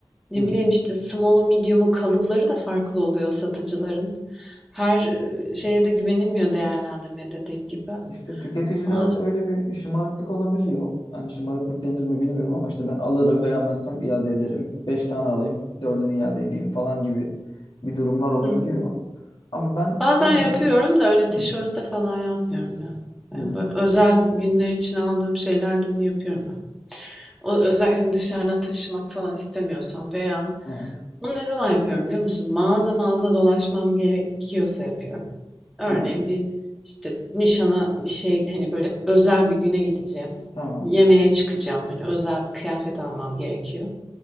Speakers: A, in the centre; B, on the left.
A: Ne
B: hı.
A: bileyim işte small'u, medium'u, kalıpları da farklı oluyor satıcıların. Her e, şeye de güvenilmiyor değerlendirme dediğim gibi.
B: İşte tüketicilerde
A: Ama
B: öyle bir şımarıklık olabiliyor. Yani şımarıklık denir mi bilmiyorum ama işte ben alırım, beğenmezsem iade ederim. Beş tane alayım, dördünü iade edeyim falan gibi bir durumlar olabiliyor.
A: Hı
B: Ama ben
A: Bazen
B: sevmiyorum.
A: yapıyorum da öyle tişörtte
B: Hı,
A: falan yapmıyorum ya.
B: hı,
A: Yani böyle özel günler için aldığım şeylerde onu yapıyorum ben. O özellikle hani dışarıdan taşımak falan istemiyorsam veya
B: aha,
A: bunu ne zaman yapıyorum biliyor musun? Mağaza mağaza dolaşmam gerekiyorsa yapıyorum. Örneğin
B: hı,
A: bir işte nişana bir şey hani böyle özel bir güne gideceğim.
B: tamam.
A: Yemeğe çıkacağım. Hani özel bir kıyafet almam gerekiyor.